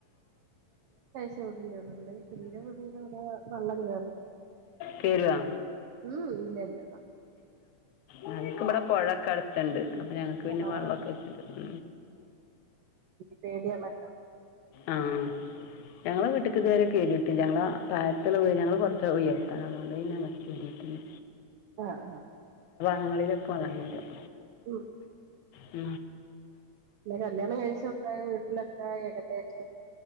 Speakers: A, on the right (about 80°); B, on the left (about 80°).
A: ചോ അ ഇന്റെ വടിന്റെ അവിടെ വെള്ളം കേറും
B: കേരുവാ
A: ഉം ഇല്ല ഇല്ല
B: ഞങ്ങക്ക്ി ഇവിടെ പുഴൊക്കെ അടുത്തണ്ട് അപ്പൊ ഞങ്ങക്ക് പിന്നെ
A: ആ
B: വെള്ളമൊക്കെ വെച്ചിണ്ട്
A: പേടിയ വല്ല
B: ആഹ ഞങ്ങള വീട്ടക്ക് ഇതുവരെ കേറിയിട്ടില്ല ഞങ്ങള പായത്തിലുള്ള ഉയര് ഞങ്ങള്ൾറച്ച ഉയരം ടെങ്ങട്ടായ
A: ആ ആ
B: ങ്ങളിലൊക്ക വന്നരം
A: ആഹ
B: ഉ
A: പിന്നെ കല്യാണം കഴിച്ചണ്ട വീട്ടിലൊക്കെ ഏകദേറ്റം